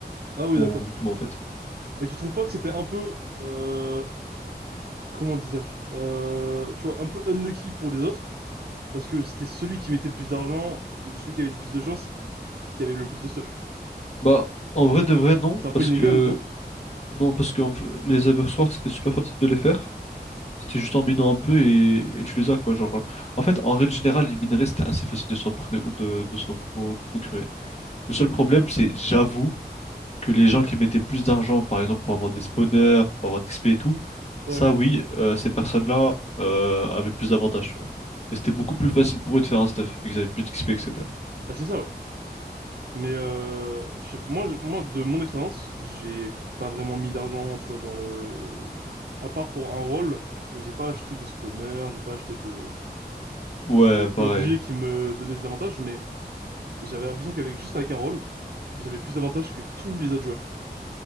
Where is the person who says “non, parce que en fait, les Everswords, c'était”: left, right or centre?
Left